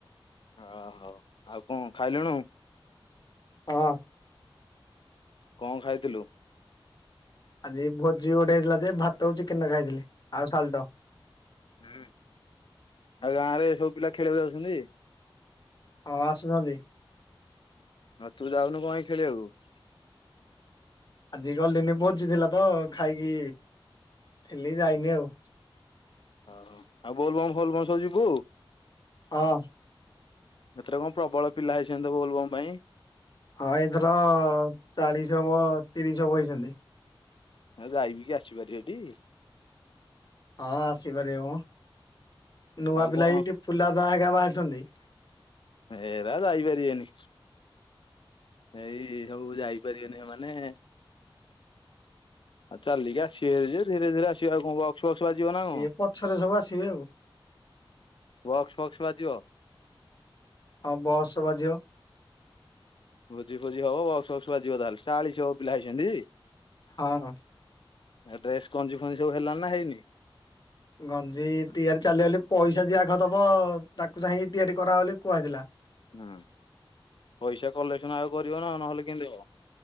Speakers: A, on the left; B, on the left.
A: ଓ ହୋଉ ଆଉ କଣ ଖାଇଲୁନୁ।
B: ହଁ
A: କଣ ଖାଇଥିଲୁ।
B: ଆଜି ଭୋଜି ଗୋଟେ ହେଇଥିଲା ଯେ ଭାତକୁ ଚିକେନ ଖାଇଥିଲି ଆଉ ସାାଲ୍ଟ।
A: ହୁଁ ଆଉ ଗାଁ ରେ ସବୁ ପିଲା ଖେଳିବାକୁ ଯାଉଛନ୍ତି।
B: ହଁ ଆସୁଛନ୍ତି।
A: ହଁ ତୁ ଯାଉନୁ କଣପାଇ ଖେଳିବାକୁ।
B: ଆଜି ଗଲିିନି ଭୋଜିଥିଲା ତ ଖାଇକି ଥିଲି ଯାଇନି ଆଉ।
A: ଓ ଆଉ ବୋଲବମ୍ ଫୋଲବମ୍ ସବୁ ଯିବୁ।
B: ହଁ
A: ଏଥିର କଣ ପ୍ରବଳ ପିଲା ହେଇଛନ୍ତି ତ ଭୋଲବମ ପାଇଁ।
B: ହଁ ଏଥର ଚାଳିସି ହବ ତିରିଶ ହବ ହେଇଛନ୍ତି।
A: ଆଉ ଯାଇକି ଆସିପାରିବ ଟି।
B: ହଁ ଆସିପାରିବ ମ ନୂଆ
A: ଆଉ
B: ପିଲା
A: କଣ
B: ଟିଫୁଲା ଦା ହା ବାହାରିଛନ୍ତି।
A: ଏରା ଯାଇ ପାରିବେନି। ଏଇ ସବୁ ଯାଇପାରିବେନି ସେମାନେ। ଆଉ ଚାଲିକି ଆସିବେ ଯେ ଧୀରେ ଧୀରେ ଆସିବେ କଣ ବକ୍ସ ଫକ୍ସ ବାଜିବ ନା
B: ସିଏ
A: କଣ।
B: ପଛରେ ସବୁ ଆସିବେ ଆଉ
A: ବକ୍ସ ଫକ୍ସ ବାଜିବ।
B: ହ ବସ୍ ବାଜିବ।
A: ଭୋଜି ଫୋଜି ହବ ବକ୍ସ ଫକ୍ସ ବାଯିବ ତାହେଲେ ଚାଳି ଶହ ପିଲା ହେଇଛନ୍ତି।
B: ହଁ, ହଁ।
A: ଡ୍ରେସ କଞ୍ଜି ଫଞ୍ଜି ସବୁ ହେଲା ନା ହେଇନି
B: ଗଞ୍ଜି ତିଆରି ଚାଲୁ ହେଲେ ପଇସା ଜିଏ ଆଗ ଦବ ତାକୁ ଚାହିଁକି ତିଆରି କରା ହଲ ବୋଲି କୁହାହେଇ ଥିଲା।
A: ହୁଁ, ପଇସା କଲେକ୍ସନ୍ ଆଉ କରିବ ନା ନ ହେଲେ କେମିତି ହବ।